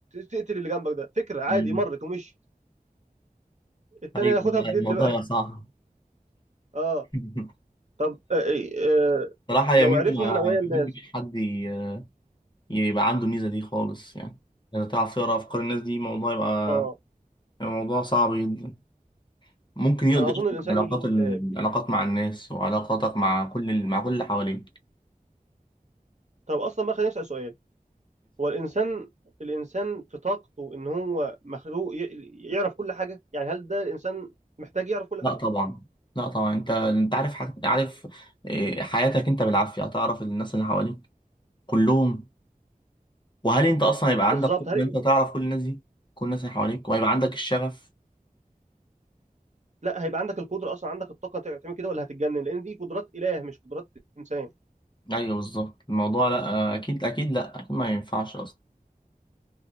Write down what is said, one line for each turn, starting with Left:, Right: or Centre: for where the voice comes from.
Right: تقتل اللي جنبك ده فكره عادي
Left: مم.
Right: مرت ومشي التاني
Left: ايوه
Right: هياخدها
Left: لا،
Right: بجد
Left: الموضوع
Right: بقى
Left: صعب
Right: <laughs> اه
Left: <laughs>
Right: طب آه آه آه،
Left: فصراحة يا
Right: لو
Left: ميزة
Right: عرفنا
Left: ما
Right: نوايا الناس
Left: بحبش حد ي- يبقى عنده الميزة دي خالص يعني لو تعرف تقرا افكار الناس دي موضوع يبقى
Right: اه
Left: يبقى موضوع صعب جدا ممكن يقضي
Right: انا اظن
Left: أصلاً
Right: الانسان
Left: علاقات
Right: يجيله
Left: ال-
Right: اكتئاب
Left: العلاقات مع الناس وعلاقاتك مع كل ال- مع كل اللي حواليك
Right: طب اصلا بقى خلينا نسال سؤال هو الانسان الانسان في طاقته ان هو مخلوق ي- يعرف كل حاجه يعني هل ده الانسان محتاج يعرف كل
Left: لا
Right: حاجه
Left: طبعا لا طبعا انت انت عارف حاجة عارف إيه، حياتك انت بالعافية هتعرف الناس اللي حواليك كلهم وهل انت اصلا هيبقى
Right: بالظبط
Left: عندك قدرة
Right: هل
Left: ان انت تعرف كل الناس دي كل الناس اللي حواليك وهيبقى عندك الشغف
Right: لا هيبقى عندك القدره اصلا عندك الطاقه تعمل كده ولا هتتجنن لان دي قدرات اله مش قدرات انسان
Left: ايوه بالظبط الموضوع لا اكيد اكيد لا اكيد ما ينفعش اصلا